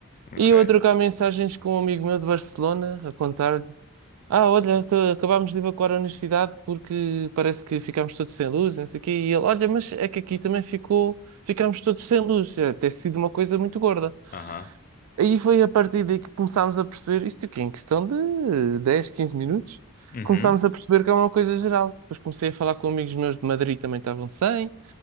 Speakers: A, on the left; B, on the right.
A: ok.
B: E eu a trocar mensagens com um amigo meu de Barcelona, a contar-lhe: Ah, olha, ac- acabámos de evacuar a universidade porque parece que ficámos todos sem luz, não sei o quê. E ele: Olha, mas é que aqui também ficou, ficámos todos sem luz. É, ter sido uma coisa muito gorda.
A: Aham.
B: Aí foi a partir daí que começámos a perceber isto aqui, em questão de 10, 15 minutos,
A: Uhum,
B: começámos a perceber que é uma coisa geral. Depois comecei a falar com amigos meus de Madrid também estavam sem,